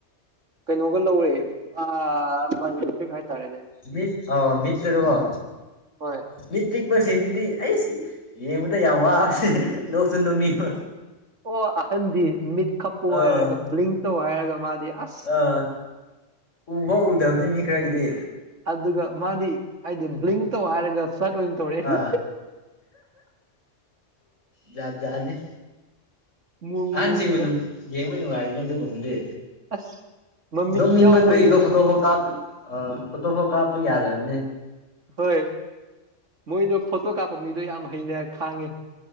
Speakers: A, on the right (about 75°); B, on the left (about 80°).
A: ꯀꯩꯅꯣꯒ ꯂꯧꯔꯦ ꯑꯥ ꯍꯥꯏꯇꯥꯔꯦꯅꯦ
B: ꯃꯤ ꯑ ꯃꯤꯇꯩ ꯇꯗ ꯋꯥ
A: ꯍꯣꯏ
B: ꯃꯤꯇꯩ ꯇꯦꯛꯄ ꯁꯤꯒꯗꯤ ꯑꯩꯁ ꯌꯦꯡꯕꯗ ꯌꯥꯝ ꯋꯥꯕꯁꯦ ꯅꯣꯛꯁꯨ ꯅꯣꯡꯅꯤꯡꯕ
A: ꯑꯣ ꯑꯍꯟꯗꯤ ꯃꯤꯠ ꯈꯞꯄꯨ
B: ꯑꯥ
A: ꯍꯥꯏꯔꯒ ꯕ꯭ꯂꯤꯡ ꯇꯧ ꯍꯥꯏꯔꯒ ꯃꯥꯗꯤ ꯑꯁ
B: ꯑꯥ ꯎꯐꯥꯎ ꯎꯗꯕꯅꯤ ꯃꯤ ꯈꯔꯒꯤꯗꯤ
A: ꯑꯗꯨꯒ ꯃꯥꯗꯤ ꯍꯥꯏꯗꯤ ꯕ꯭ꯂꯤꯡ ꯇꯧ ꯍꯥꯏꯔꯒ ꯁꯠ ꯑꯣꯏꯅ ꯇꯧꯔꯛꯑꯦ
B: ꯑ ꯌꯥ ꯌꯥꯅꯤ
A: ꯃꯑꯣꯡ
B: ꯑꯍꯟꯁꯤꯡꯕ
A: ꯃꯑꯣꯡꯅꯤꯀꯣ
B: ꯌꯦꯡꯕ ꯅꯨꯡꯉꯥꯏꯔꯤꯅꯦ ꯑꯗꯨꯒꯨꯝꯕꯗꯤ
A: ꯑꯁ ꯃꯃꯤꯠ
B: ꯅꯣꯛꯅꯤꯡꯃꯟꯕꯒꯤꯀꯣ
A: ꯌꯥꯎꯕꯣꯏ ꯌꯥꯎꯗꯕꯣꯏ
B: ꯐꯇꯣ ꯐꯥꯎ ꯀꯥꯞꯕ ꯑ ꯐꯣꯇꯣ ꯐꯥꯎ ꯀꯥꯞꯄ ꯌꯥꯗꯕꯅꯦ
A: ꯍꯣꯏ ꯃꯣꯏꯗꯣ ꯐꯣꯇꯣ ꯀꯥꯞꯄ ꯃꯤꯗꯣ ꯌꯥꯝ ꯍꯩꯅ ꯈꯥꯡꯉꯤ